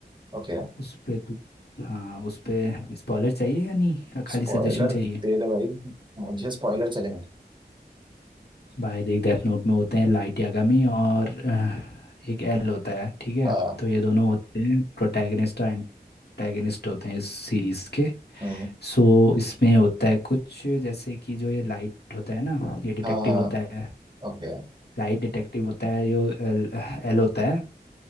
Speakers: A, on the right; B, on the left.
A: ओके
B: उस पे तू हाँ उस पे स्पॉइलर चाहिए या नहीं या खाली
A: स्पॉइलर
B: सजेशन चाहिए
A: दे दे भाई मुझे स्पॉइलर चलेंगे
B: भाई देख डेथ नोट में होते हैं लाइट यागामी और अ, एक एल होता है ठीक है
A: हाँ
B: तो ये दोनों होते हैं प्रोटैगनिस्ट और एंटैगनिस्ट होते हैं इस सीरीज के
A: हम्म,
B: सो इसमें होता है कुछ जैसे कि जो ये लाइट होता है ना ये डिटेक्टिव
A: हाँ
B: होता है
A: ओके
B: लाइट डिटेक्टिव होता है जो एल, एल होता है